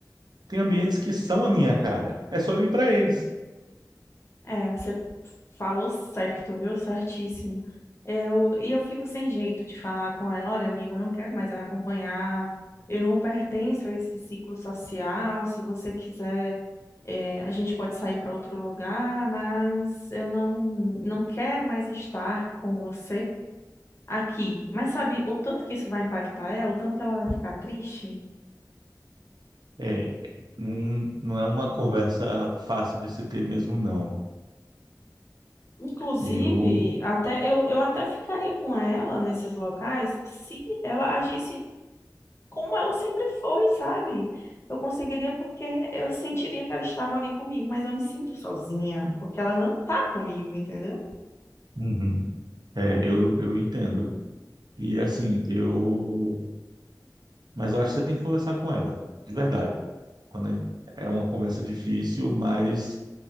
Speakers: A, on the right; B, on the left.
A: tem ambientes que são a minha cara. É só eu ir para eles.
B: É, você falou certo, viu? Certíssimo. Eu, e eu fico sem jeito de falar com ela, olha, amiga, eu não quero mais ela acompanhar, eu não pertenço a esse ciclo social, se você quiser, eh, a gente pode sair para outro lugar, mas eu não, não quero mais estar com você aqui. Mas sabe o tanto que isso vai impactar ela, o tanto que ela vai ficar triste?
A: É, Não, não é uma conversa fácil de se ter mesmo, não.
B: Inclusive,
A: Eu,
B: até eu, eu até ficaria com ela nesses locais se ela agisse como ela sempre foi, sabe? Eu conseguiria porque eu sentiria que ela estava ali comigo, mas eu me sinto sozinha, porque ela não tá comigo, entendeu?
A: Uhum. É, eu, eu entendo. E assim, eu, mas eu acho que você tem que conversar com ela, de verdade. Quando é é uma conversa difícil, mas